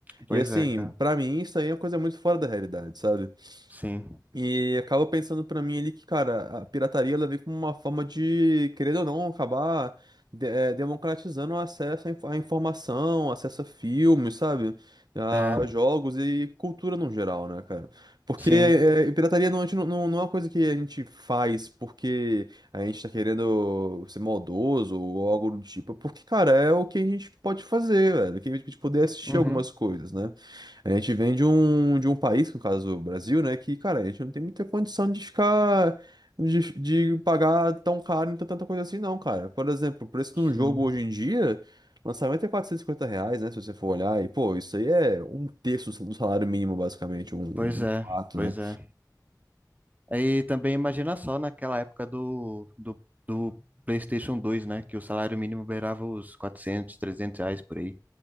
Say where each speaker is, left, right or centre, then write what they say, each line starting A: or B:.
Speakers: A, on the right; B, on the right.
A: Pois
B: E assim,
A: é, cara.
B: pra mim isso aí é uma coisa muito fora da realidade, sabe?
A: Sim.
B: E acaba pensando pra mim ali que, cara, a pirataria ela vem como uma forma de, querendo ou não, acabar de- eh, democratizando o acesso à inf- à informação, acesso a filmes, sabe? A
A: É,
B: jogos e cultura no geral, né, cara? Porque
A: sim.
B: eh, pirataria não, a gente não, não não é uma coisa que a gente faz porque a gente tá querendo ser maldoso ou algo do tipo. É Porque, cara, é o que a gente pode fazer, velho. Que a gente pode poder assistir
A: Uhum.
B: algumas coisas, né? A gente vem de um, de um país, que no caso é o Brasil, né? Que, cara, a gente não tem muita condição de ficar. De, de pagar tão caro em tanta tanta coisa assim, não, cara. Por exemplo, o preço de um
A: Sim,
B: jogo hoje em dia, lançamento é 450 reais, né? Se você for olhar, e pô, isso aí é um terço do salário mínimo, basicamente, um, um
A: pois é,
B: quarto,
A: pois
B: né?
A: é. Aí também imagina só naquela época do, do, do PlayStation dois né? Que o salário mínimo beirava os 400 300 reais por aí.